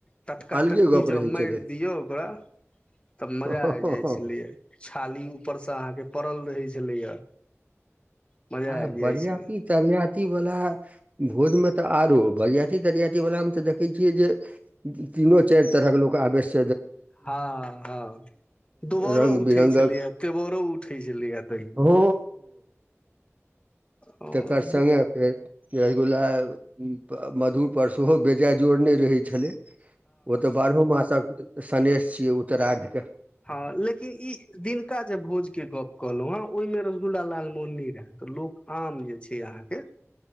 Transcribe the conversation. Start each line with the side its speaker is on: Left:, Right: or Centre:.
Left: टटका
Right: अलगे
Left: तटटकी
Right: गप
Left: जब
Right: रहै
Left: मारि
Right: छलै
Left: दियौ ओकरा तब मजा
Right: हँ
Left: आ जाइ छलियै छाली ऊपर से अहाँके पड़ल रहै छलैया मजा
Right: आब
Left: आबि
Right: बरियाती
Left: जाइ छलै
Right: तरियाती ती वला भोज मे तऽ आरो बरियाती तरियाती वला मे तऽ देखे छियै जे तीनो चारि तरह के लोक आबेश
Left: हाँ हाँ दुबोरो
Right: रंग
Left: उठै
Right: बिरंगक
Left: छलैया, तेबोरो उठै छलैया दही।
Right: हो
Left: हँ
Right: तकर संगे फेर रसगुल्ला उम्म प मधु पर सोहो बेजाय जोड़ ने रहै छलै। ओ ते बारहो मासक सनेेश छियै, उ ते रा क
Left: हँ लेकिन ई दिनका जे भोजके गप्प कहलहुँ हेँ ओहिमे रसगुल्ला लाल मोहन नहिं रहय तऽ लोक आम जे छै अहाँके